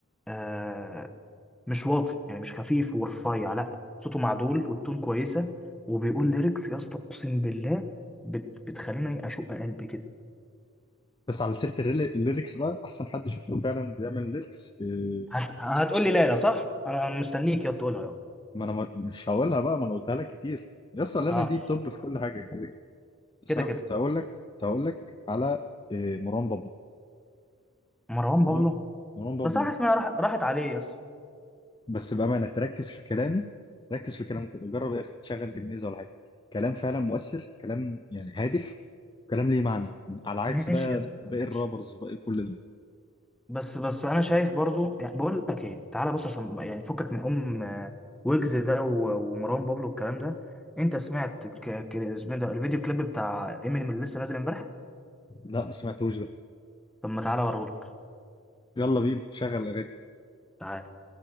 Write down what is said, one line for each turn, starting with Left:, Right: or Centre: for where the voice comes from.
Centre: آه، مش واطي يعني مش خفيف ورفيع لا صوته معدول والتون كويسه وبيقول ليركس يا اسطى اقسم بالله بت... بتخليني اشق قلبي كده
Left: بس على سيره الريل- الليركس بقى احسن حد شفته فعلا بيعمل ليركس آه،
Centre: هت... هتقول لي لا لا صح انا أنا مستنيك يا تقولها يا
Left: ما انا ما- مش هقولها بقى ما انا قلتها لك كتير يس لنا
Centre: اه
Left: دي توب في كل حاجه كده كده. بس
Centre: كده
Left: انا
Centre: كده
Left: كنت هقول لك كنت هقول لك على إيه، مروان بابلو
Centre: مروان
Left: مروان
Centre: بابلو
Left: مروان بابلو
Centre: بس انا حاسس انها راح... راحت عليه يا اسطى
Left: بس بامانه تركز في كلامه ركز في كلامه كده جرب يا اخي تشغل جميزه ولا حاجه كلام فعلا مؤثر كلام يعني هادف كلام ليه معنى على عكس
Centre: ماشي
Left: بقى
Centre: يا اسطى
Left: باقي
Centre: ماشي
Left: الرابرز وباقي كل ده
Centre: بس بس انا شايف برضو يعني بقول لك ايه تعالى بص عشان يعني فكك من ام آه، ويجز ده و- ومروان بابلو والكلام ده انت سمعت ك... ك... اسمه إيه ده الفيديو كليب بتاع امينيم اللي لسه نازل امبارح
Left: لا ما سمعتوش ده
Centre: طب ما تعالى اوريهولك
Left: يلا بينا شغل اغاني
Centre: تعال